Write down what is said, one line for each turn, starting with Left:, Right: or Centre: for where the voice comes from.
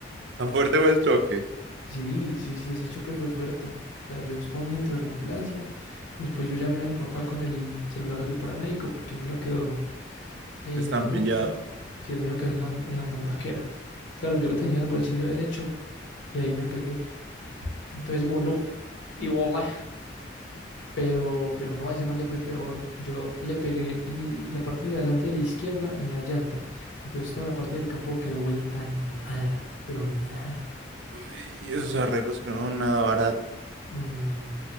Right: tan fuerte fue el choque.
Left: Sí, sí, sí, ese choque fue fuerte. O sea, yo spawné dentro de la ambulancia. Después yo llamé a mi papá con el celular del paramédico porque el mío quedó en
Right: Estampillado.
Left: la inopia. Sí, el mío quedó en la, en la montaquera. Claro, yo lo tenía en el bolsillo derecho y ahí me pegué. Entonces voló y volé. Pero, pero no, a ese man le fue peor. Yo le pegué en el- la parte de adelante y a la izquierda en la llanta. Entonces toda la parte del capó quedó vuelta nada, pero nada. <laughs>
Right: Uy, esos arreglos que no son nada baratos.
Left: Mm,